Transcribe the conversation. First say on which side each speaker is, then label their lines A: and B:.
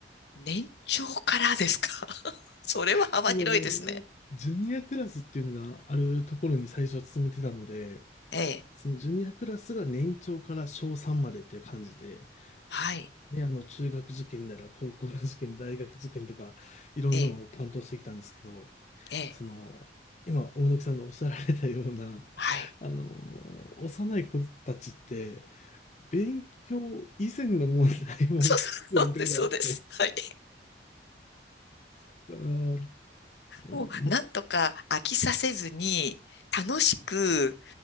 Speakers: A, on the left; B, on the left.
A: 年長からですか <laughs> それは幅広いですね。
B: その、ジュニアクラスっていうのがあるところに最初は勤めてたので、
A: ええ、
B: そのジュニアクラスが年長から小3までっていう感じで、
A: はい、
B: ね、あの、中学受験なら高校受験、大学受験とか、いろんなものを担当してきたんですけど、
A: ええ、ええ、
B: その、今、大貫さんのおっしゃられたような、
A: はい。
B: <laughs> あの、幼い子たちって、勉強以前の問題も結構いろいろあって、
A: そう、<laughs> そうです、そうです。はい。
B: あー、ま
A: をなんとか飽きさせずに、楽しく、